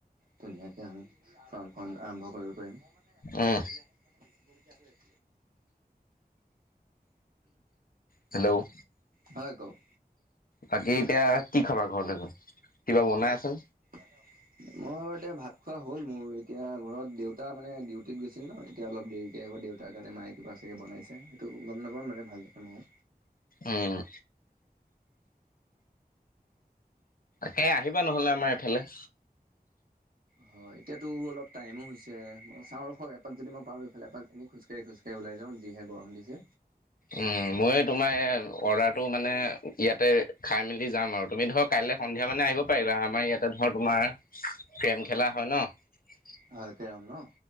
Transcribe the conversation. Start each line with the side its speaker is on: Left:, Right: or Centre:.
Right: ধুনীয়াকে আমি ফাৰ্মখন আৰম্ভ কৰি। হয় মোৰ মে এখন
Left: উম
Right: গাড়ী এখন মানে বিবলগীয়া হৈ আছে।
Left: হেল্ল'
Right: হয় কওক
Left: বাকী এতিয়া কি খাবা ঘৰলৈ গৈ কিবা বনাই আছে।
Right: মই ববাৰ এতিয়া ভাত খোৱা হ'ল মোৰ এতিয়া ঘৰত দেউতা মানে ডিউটিত গৈছিল ন এতিয়া অলপ। দেৰিকৈ হ'ব দেউতাৰ কাৰণে মায়ে কিবা চাগৈ বনাইছে সেইটো গম নাপাওঁ মে ভাল লাগে ময়।
Left: আহ। তে আহিবা নহলে আমাৰ এফালে।
Right: হয় এতিয়াতো অলপ টাইমো হৈছে মই চাওঁ ৰ হক এপাক যদি মই পাৰো ইফালে এপাক এনে খোজকাঢ়ি খোজকাঢ়ি। ওলাই যাওঁ যিহে গৰম দিছে।
Left: উম মই তোমাৰ। অৰ্ডাৰটো মানে ইয়াতে খাই মেলি যাম আৰু তুমি ধৰক কাইলৈ সন্ধিয়া মানে আহিব পাৰিলা আমাৰ ইয়াতে। তোমাৰ গেম খেলা হয় ন।
Right: হয় কেৰম ন